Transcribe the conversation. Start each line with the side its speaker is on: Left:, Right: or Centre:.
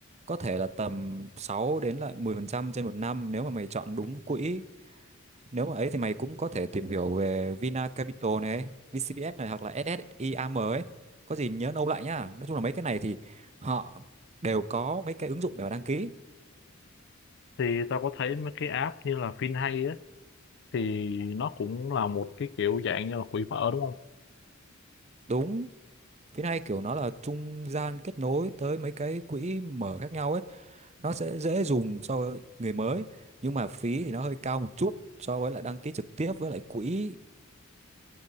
Right: có thể là tầm 6 đến lại 10% trên một năm nếu mà mày chọn đúng quỹ nếu mà ấy thì mày cũng có thể tìm hiểu về Vina Capital này VCBF này hoặc là SSIAM ấy có gì nhớ nâu lại nhá nói chung là mấy cái này thì họ đều có mấy cái ứng dụng để mà đăng ký
Left: thì tao có thấy mấy cái app như là FinHay á thì nó cũng là một cái kiểu dạng như là quỹ mở đúng không?
Right: đúng phía này kiểu nó là trung gian kết nối tới mấy cái quỹ mở khác nhau ấy nó sẽ dễ dùng so với người mới nhưng mà phí thì nó hơi cao một chút so với lại đăng ký trực tiếp với lại quỹ